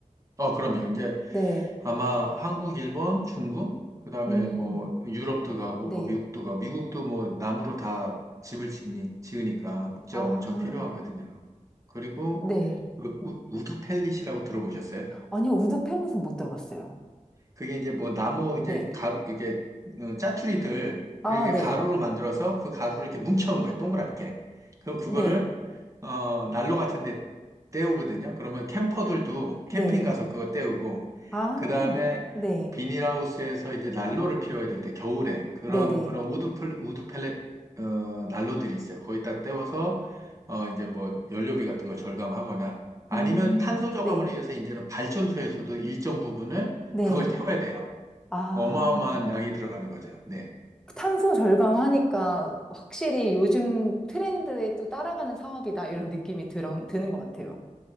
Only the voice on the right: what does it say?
어, 그럼요. 이제
아마 한국, 일본, 중국, 그다음에
뭐 유럽도 가고
뭐 미국도 가고 미국도 뭐 나무로 다 집을 지니, 지으니까 목재가
엄청 필요하거든요. 그리고
그 우, 우- 우드 펠릿이라고 들어보셨어요?
그게 이제 뭐 나무
이제 가루 이렇게 어, 짜투리들
이렇게
가루로 만들어서 그 가루를 이렇게 뭉쳐놓은 거예요. 동그랗게. 그럼 그거를
어 난로 같은 데 때우거든요. 그러면 캠퍼들도
캠핑 가서 그거 때우고
그다음에
비닐하우스에서 이제 난로를 피워야 될 때 겨울에 그런
그런 우드 플 우드 펠렛 어 난로들이 있어요. 거기다 때워서 어 이제 뭐 연료비 같은 걸 절감하거나 아니면
탄소 저감을
위해서 이제는 발전소에서도 일정 부분을
그걸 태워야 돼요.
어마어마한 양이 들어가는 거죠. 네.